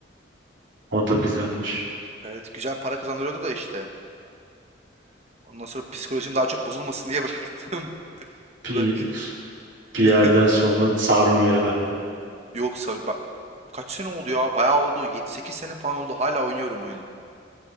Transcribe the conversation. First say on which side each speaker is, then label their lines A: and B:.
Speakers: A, on the right (about 75°); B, on the right (about 35°).
A: O da güzelmiş.
B: Evet, güzel para kazandırıyordu da işte. Ondan sonra psikolojim daha çok bozulmasın diye bıraktım. <laughs>
A: Bir,
B: Bırak.
A: bir
B: <laughs>
A: yerden sonra sarmıyor herhalde.
B: Yok sar bak. Kaç sene oldu ya? Bayağı oldu. yedi sekiz sene falan oldu. Hala oynuyorum oyunu.